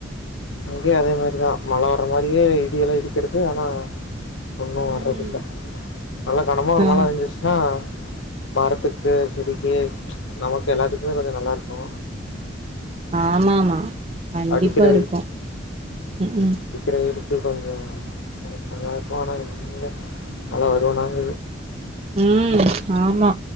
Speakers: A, on the left; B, on the right.
A: இங்கயு அதே மாரிதா மழை வர்ர மாதிரியே இடியெல்லா இடிக்கிறது ஆனா ஒன்னு வர்றது
B: ம்
A: இல்ல நல்லா கனமா ஒரு
B: ஆ
A: மழ வஞ்ச்சுன்னா மரத்துக்கு செடிக்கு நமக்கு எல்லாத்துக்கு கொஞ்சோ நல்லா இருக்கு
B: ஆமாமா கண்டிப்பா
A: அடிக்கிற
B: இருக்கு ம்ஹூ
A: த்திரை இருக்கு கொஞ்சோ <unintelligible> ஆனா எங்கைங்க மழை வருனாங்க
B: ம் ஆமா